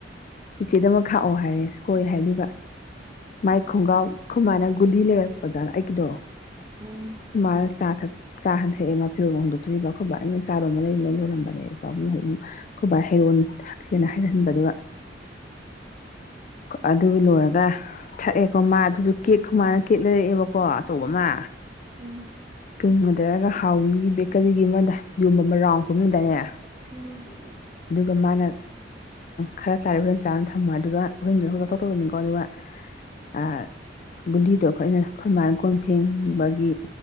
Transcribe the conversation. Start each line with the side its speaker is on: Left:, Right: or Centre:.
Left: ꯆꯤꯆꯦ ꯑꯃ ꯈꯥꯛꯑꯣ ꯍꯥꯏꯔꯦ ꯍꯣꯏ ꯍꯥꯏꯗꯨ ꯃꯥꯏ ꯈꯣꯡꯒ꯭ꯔꯥꯎ ꯈꯨꯃꯥꯏꯅ ꯒꯨꯂꯤ ꯂꯩꯔꯛꯄꯗꯅ ꯑꯩꯒꯤꯗꯣ
Right: ꯎꯝ
Left: ꯀꯨꯃꯔ ꯆꯥ ꯊ ꯆꯥ ꯍꯟꯊꯛꯑꯦ ꯑꯃ ꯐꯤꯔꯣꯜ ꯍꯣꯡꯗꯣꯛꯇꯣꯔꯤꯕ ꯈꯠꯕꯥ ꯑꯩꯉꯣꯟ ꯆꯥꯕ ꯑꯃ ꯂꯩꯕ ꯂꯩ ꯂꯣꯜꯂꯝꯕꯅꯦꯥꯕꯨꯡꯣꯏ ꯈꯣꯏ ꯍꯩꯔꯣꯟ ꯊꯛꯁꯦꯅ ꯍꯩꯍꯟꯕꯗꯨ ꯑꯗꯨ ꯂꯣꯏꯔꯒ ꯊꯛꯑꯦꯀꯣ ꯃꯥ ꯑꯗꯨꯁꯨ ꯀꯦꯛ ꯈꯨꯃꯥꯏꯅ ꯀꯦꯛ ꯂꯩꯔꯛꯑꯦꯕꯀꯣ ꯑꯆꯧꯕ ꯑꯃ
Right: ꯃꯥꯅ
Left: ꯀꯔꯤꯝꯒꯥ ꯇꯩꯇꯒꯥ ꯍꯥꯎꯏ ꯕꯦꯀꯔꯤꯒꯤ ꯑꯃꯗ ꯌꯨꯝꯕ ꯑꯃ ꯔꯥꯎꯟꯒꯨꯝꯕꯅꯗꯥꯏꯅꯦ
Right: ꯑꯗꯨꯗꯨꯒ ꯌꯨꯒꯨꯝꯕ
Left: ꯑꯗꯨꯒ ꯃꯥꯅ ꯈꯔ ꯆꯥꯔꯦ ꯍꯨꯔꯦꯟ ꯆꯥꯅ ꯊꯝꯃꯨ ꯍꯥꯏꯗꯨꯁꯨ ꯍꯣꯔꯦꯟꯗꯨꯇꯣꯛ ꯊꯇꯣꯛꯆꯅꯤꯀꯣ ꯑꯗꯨꯒ ꯑ ꯒꯨꯂꯤꯗꯣ ꯑꯩꯈꯣꯏꯅ ꯃꯥꯅ ꯀꯣꯟ ꯐꯦꯡꯕꯒꯤ